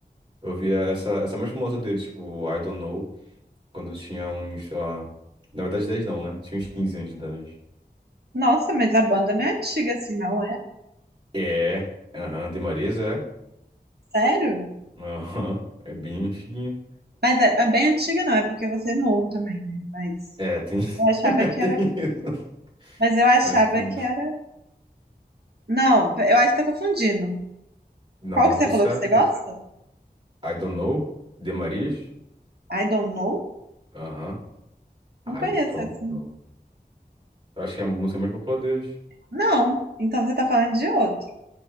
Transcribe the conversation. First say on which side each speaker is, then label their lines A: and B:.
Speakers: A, on the right; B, on the right.
A: Eu via essa, essa mais famosa deles, tipo, I Don't Know, quando eu tinha uns, sei lá. Na verdade, dez não, né? Tinha uns quinze anos de idade.
B: Nossa, mas a banda não é antiga assim, não é?
A: É, aham, de Marias é.
B: Sério?
A: Aham, é bem antiguinha.
B: Mas é, é bem antiga, não, é porque você é novo também, né? Mas
A: É, tem.
B: eu achava
A: <laughs> é
B: que
A: Tem
B: era.
A: isso.
B: Mas eu achava
A: É, tem
B: que
A: isso.
B: era. Não, eu acho que tá confundindo.
A: Não,
B: Qual que você
A: tô certo.
B: falou que você gosta?
A: I Don't Know, de Marias.
B: I don't know?
A: Aham. I
B: Não conheço
A: Don't
B: essa.
A: Know. Eu acho que é a música mais popular deles.
B: Não, então você tá falando de outro.